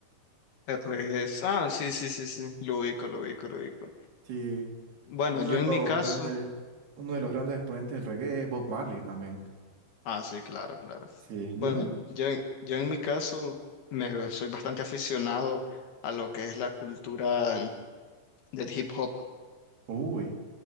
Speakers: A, on the left; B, on the right.
A: El rey es... Ah, sí, sí, sí, sí. Lo ubico, lo ubico, lo ubico.
B: Sí.
A: Bueno,
B: Uno
A: yo
B: de
A: en
B: los
A: mi caso...
B: grandes, uno de los grandes exponentes del reggae es Bob Marley también.
A: Ah, sí, claro, claro.
B: Sí,
A: Bueno,
B: dime.
A: yo, yo en mi caso me soy bastante aficionado a lo que es la cultura del hip hop.
B: Uy.